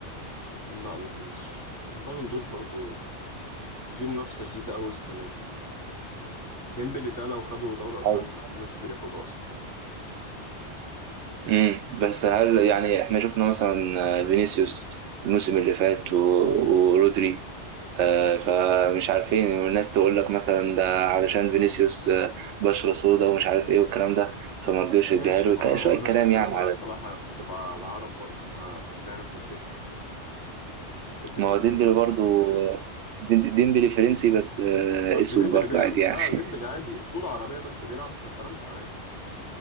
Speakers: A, on the left (about 20°); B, on the right (about 80°).
A: لا ما اظنش بالون دور برضو في منافسه شديده قوي السنه دي ديمبلي ده لو خدوا دوري ابطال
B: أو
A: احتمال كبير ياخدها اصلا
B: امم بس هل يعني احنا شفنا مثلا آه، فينيسيوس الموسم اللي فات و- ورودري آه، فمش عارفين والناس تقول لك مثلا ده علشان فينيسيوس آه، بشرة سودا ومش عارف ايه والكلام ده فما رضيوش
A: ماشي
B: يديها له
A: ما
B: ك- شوية
A: هو نفس
B: كلام
A: الكلام
B: يعني
A: على صلاح هتبقى على العرب برضو فهتلاقي نفس الفكر ممكن تبقى
B: ما هو ديمبلي
A: برضو نفس
B: برضو
A: الكلام
B: ديم- ديمبلي فرنسي بس آه،
A: بس
B: اسود
A: ديمبلي
B: برضو
A: بي...
B: عادي يعني
A: لا
B: <laughs>
A: ديمبلي عادي اصوله عربيه بس بيلعب كفرنسا عادي